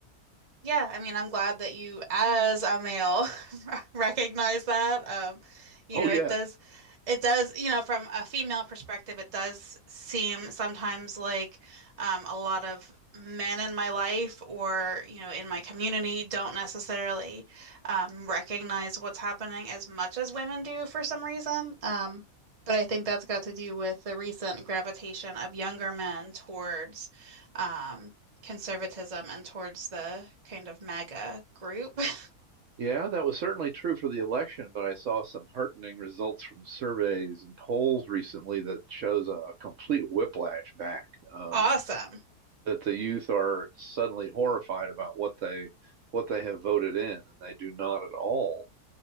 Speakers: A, on the right (about 30°); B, on the right (about 65°).
A: Yeah, I mean, I'm glad that you, as a male, <laughs> recognize that. Um, you
B: Oh
A: know,
B: yeah,
A: it does, it does, you know, from a female perspective, it does seem sometimes like um, a lot of men in my life or, you know, in my community don't necessarily um, recognize what's happening as much as women do for some reason. Um, but I think that's got to do with the recent gravitation of younger men towards. um, conservatism and towards the kind of MAGA group. <laughs>
B: yeah, that was certainly true for the election, but I saw some heartening results from surveys and polls recently that shows a complete whiplash back. Um,
A: Awesome.
B: that the youth are suddenly horrified about what they what they have voted in, and they do not at all